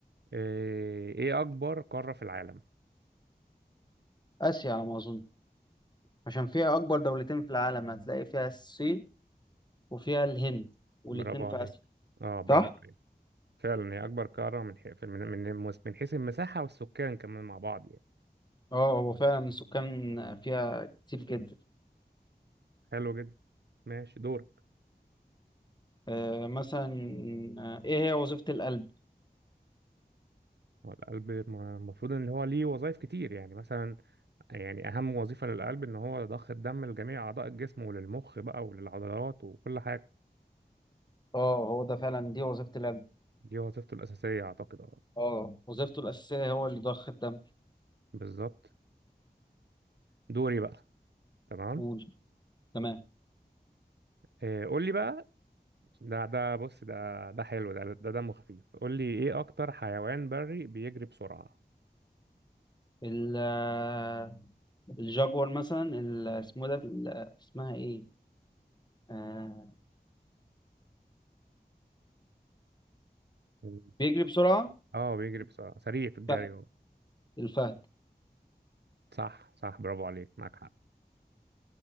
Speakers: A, on the right; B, on the left.
A: ايه إيه اكبر قارة في العالم
B: اسيا على ما اظن عشان فيها اكبر دولتين في العالم هتلاقي فيها الصين وفيها الهند والاتنين
A: برافو
B: في
A: عليك
B: آسيا
A: اه برافو
B: صح
A: عليك فعلا هي اكبر قارة من حي... في- من من من حيث المساحة والسكان كمان مع بعض يعني
B: اه هو فعلا السكان فيها كتير جدا
A: حلو جدا ماشي دورك
B: آه مثلا آه، ايه هي وظيفة القلب
A: هو القلب م- المفروض ان هو ليه وظائف كتير يعني مثلا يعني اهم وظيفة للقلب ان هو ضخ الدم لجميع اعضاء الجسم وللمخ بقى وللعضلات وكل حاجة
B: اه هو ده فعلا دي وظيفة القلب
A: دي وظيفته الاساسية اعتقد اه
B: اه وظيفته الأساسية هو اللي ضخ الدم
A: بالظبط دوري بقى تمام
B: قول تمام
A: إيه قول لي بقى ده ده بص ده ده حلو ده ده دمه خفيف قول لي ايه اكتر حيوان بري بيجري بسرعة
B: ال آه، الجاguار مثلا ال- اسمه ده ال- اسمها ايه آه
A: مم.
B: بيجري بسرعة
A: اه بيجري بسرعة سريع في الجري
B: الفهد
A: هو
B: الفهد
A: صح صح برافو عليك معاك حق